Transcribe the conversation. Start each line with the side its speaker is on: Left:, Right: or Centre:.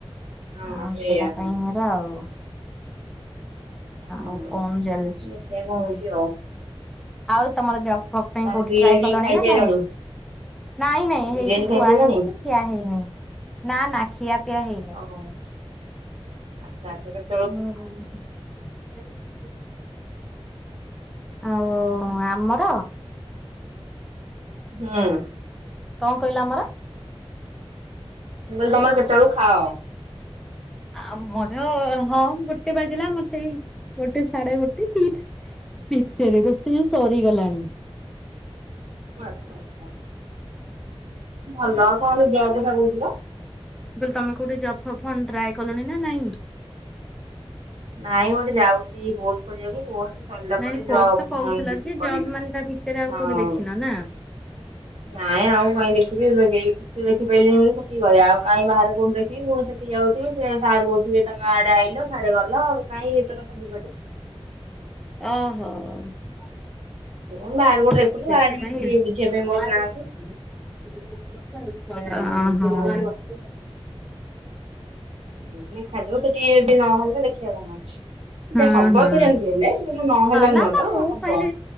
Right: ହଁ
Centre: ଆଉ
Right: ସେଇଆ
Centre: ସେଇଟା
Right: ହୁଁ।
Centre: ପାଇଁର ଆଉ।
Right: ହଁ
Centre: ଆଉ କଣ ଚାଲିଛି
Right: ଦେଖିବା କଣ ହଉଛି ଆଉ।
Centre: ଆଉ ତମର ଜବ। ପାଇଁ
Right: ତାହେଲେ
Centre: କୋଉଠି
Right: ବିରିୟାନୀ
Centre: ଟ୍ରାଏ କଲଣି
Right: ଖାଇସାରିଲଣି?
Centre: ନା ନାଇଁ। ନାଇଁ ନାଇଁ
Right: ବିରିୟାନୀ
Centre: ହେଇଠି
Right: ଖାଇସାରିଲଣି
Centre: ଥୁଆ ହେଇକି। ଖିଆ ହେଇନି ନା ନା ଖିଆ ପିଆ ହେଇନି।
Right: ଓହୋ ଆଚ୍ଛା ଆଚ୍ଛା କେତେ?
Centre: <inaudible> ଆଉ ଆମର।
Right: ହଁ
Centre: କ'ଣ କହିଲା ଆମର?
Right: ମୁଁ କହିଲି ତମର କେତେବେଳୁ ଖାଅ?
Centre: ଆମର ହଁ ଗୋଟେ ବାଜିଲା ଆମର ସେଇ ଗୋଟେ ସାଢ଼େ ଗୋଟେ ଦିଟା। ଭିତରେ ରୋଷେଇ ସରିଗଲାଣି।
Right: ଆଚ୍ଛା ଆଚ୍ଛା ଭଲ ଆଉ କଣ ଜବ କଥା କହୁଥିଲ।
Centre: ମୁଁ କହିଲ ତମେ କଉଠି ଜବ୍ ଫୋବ୍ କଣ ଟ୍ରାଏ କଲଣି ନାଁ ନାଇଁ?
Right: ନାଇଁ ଗୋଟେ ଯାଉଛି କୋର୍ସ କରିବାକୁ କୋର୍ସ ସରିଲା
Centre: ନାଇଁ
Right: ପରେ
Centre: କୋର୍ସ
Right: ଜବ୍
Centre: ତ କହୁଥିଲ
Right: ଉଁ ଯିବି
Centre: ଯେ
Right: କରିବି
Centre: ଜବ୍ ମାନେ ତା ଭିତରେ ଆଉ
Right: ହଁ।
Centre: କୋଉଠି ଦେଖିନ ନା?
Right: ନାଇଁ ଆଉ କାଇଁ ଦେଖିବି ଏବେ କେଉ ଏଠି ଦେଖି ପାରିଲିନି ବୋଲି ସେଠିକି ଗଲି ଆଉ କାଇଁ ବାହରେ କଉଠି ଦେଖିବି ପୁଣି ସେଠି ଯାଉଥିବି ସିଏ ସାରଙ୍କୁ ଟିକେ ତମେ ଆଡେ ଆଇଲ ସାଆଡେ ଗଲ ଆଉ କାଇଁ ଏତେ କଥା ଯିବ ଯେ।
Centre: ଓହୋ ସେଥିପାଇଁ
Right: ମୁଁ ବାହାରେ କୋଉଠି ଦେଖୁନି ବାହାରେ
Centre: <unintelligible>
Right: ବି କେହି ବୁଝିବା ପାଇଁ ମୋର ନାହାନ୍ତି
Centre: ଅ ହଁ।
Right: ଆଉ ତୁ ଉଁ ଦେଖା ଯାଉ ସେଠି ଯଦି ନହେଲେ ଦେଖିଆ କଣ ହଉଛି।
Centre: ହଁ
Right: ହବ
Centre: ହଁ
Right: ତ ଯେମିତି ହେଲେ ନହେଲା
Centre: ନା
Right: ନୁହଁ
Centre: ନା
Right: ତ
Centre: ମୁଁ
Right: ହବ
Centre: କହିଲି